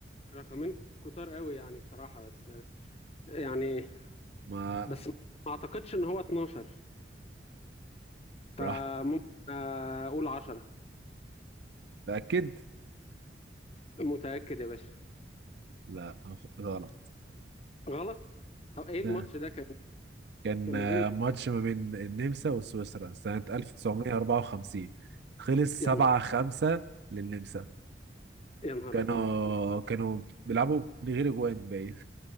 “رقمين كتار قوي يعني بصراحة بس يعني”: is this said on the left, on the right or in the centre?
Left